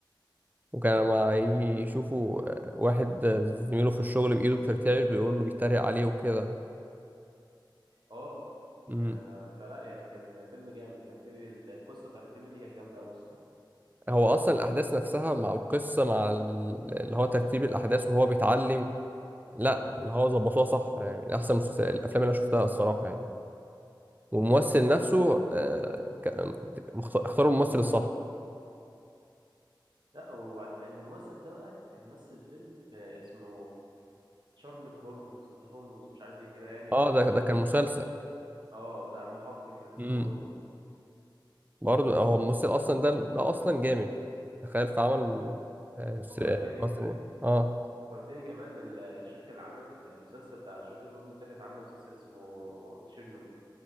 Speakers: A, on the right; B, on the right.
A: وكان لما يجي يشوفوا آه، واحد آه، زميله في الشغل بإيده بترتعش بيقول له بيتريق عليه وكده
B: اه
A: امم
B: آه، فلا يعني كان فيلم جامد كان فيه ال- القصه بتاعت الفيلم دي كانت جامده قوي الصراحه
A: هو أصلا الأحداث نفسها مع القصة مع ال- اللي هو ترتيب الأحداث وهو بيتعلم لا اللي هو ظبطوها صح يعني من أحسن المسلسل- الأفلام اللي أنا شفتها الصراحة يعني والممثل نفسه آه، ك- مخت- اختاروا الممثل الصح
B: لا وبعد الممثل ده بقى كان مثل فيلم آه، اسمه شارلوك هولمز هولمز مش عارف ايه كده يعني
A: اه
B: م-
A: ده ده كان مسلسل
B: اه بتاع المحقق اللي اسمه
A: امم
B: هولمز ده
A: برضه هو الممثل أصلا ده ده أصلا جامد تخيل في عمل آه، س-
B: فكرتني
A: آه، أصلا اه
B: فكرتني كمان ال- الشركه اللي عملت المسلسل بتاع شارلوك هولمز ده كانت عامله مسلسل اسمه تشيرنوبل